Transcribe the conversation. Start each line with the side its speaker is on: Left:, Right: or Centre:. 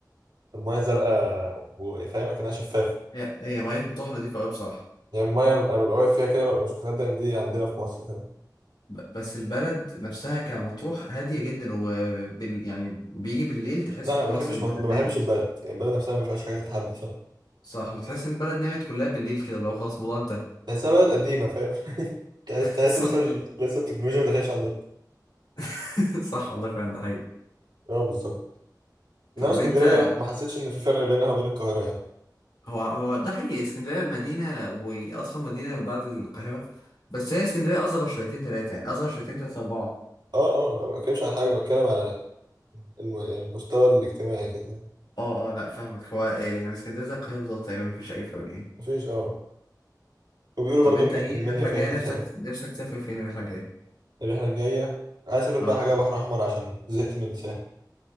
Right: الميه زرقاء وفاهم اكنها شفافه
Left: هي هي ميه مطروح نظيفه قوي بصراحه
Right: يعني الميه انا ببقى واقف فيها كده ببقى مش مصدق ان دي عندنا في مصر فاهم
Left: ب- بس البلد نفسها كمطروح هادية جدا وبال يعني بيجي بالليل تحس
Right: لا
Left: ان
Right: ما
Left: خلاص
Right: بحبش
Left: البلد
Right: مط... ما
Left: نامت
Right: بحبش البلد يعني البلد نفسها ما فيهاش حاجه تتحب بصراحه
Left: صح وتحس ان البلد نامت كلها بالليل كده لو خلاص الموضوع انتهى
Right: بس بلد قديمة فاهم <laughs> تحس
Left: <laughs>
Right: تحس
Left: صح
Right: لسه ال- لسه التكنولوجيا ما دخلتش عندنا
Left: <laughs> صح والله فعلا ده حقيقي
Right: اه بالظبط انما
Left: طب
Right: اسكندرية
Left: انت
Right: ما ما حسيتش ان في فرق بينها وبين القاهرة يعني
Left: هو هو ده حقيقي اسكندرية مدينة واضخم مدينة بعد القاهرة بس هي اسكندرية اصغر شويتين تلاتة يعني اصغر شويتين تلاتة اربعة
Right: اه اه ما بتكلمش عن حاجة بتكلم على الم- المستوى الاجتماعي كده
Left: اه اه لا فاهمك هو إيه، يعني اسكندرية زي القاهرة بالظبط تقريبا مفيش اي فرق يعني
Right: مفيش اه وبيقولوا
Left: طب
Right: برضو
Left: انت
Right: الم-
Left: ايه
Right: المنيا
Left: الرحلة
Right: فيها
Left: الجاية
Right: حتت
Left: نفسك
Right: حلوة
Left: نفسك تسافر فين الرحلة الجاية
Right: الرحلة الجاية عايز اسافر بقى
Left: اه
Right: حاجة بحر احمر عشان زهقت من الساحل